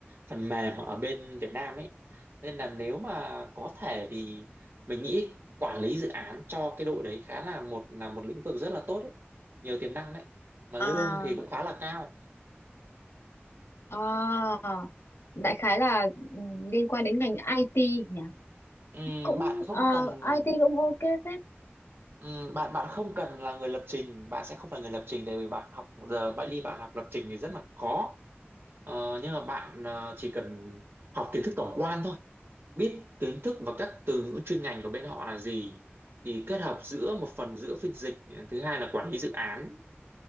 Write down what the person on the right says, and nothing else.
phần mềm ở bên Việt Nam ấy nên là nếu mà có thể thì mình nghĩ quản lý dự án cho cái đội đấy khá là một là một lĩnh vực rất là tốt đấy nhiều tiềm năng đấy mà lương
thì cũng khá là cao
Ừm,
bạn không
cần
Ừm, bạn bạn không cần là người lập trình bạn sẽ không phải người lập trình tại vì bạn học giờ bạn đi bạn học lập trình thì rất là khó Ờ, nhưng mà bạn ờ, chỉ cần học kiến thức tổng quan thôi biết kiến thức và các từ ngữ chuyên ngành của bên họ là gì thì kết hợp giữa một phần giữa phiên dịch thứ hai là quản lý dự án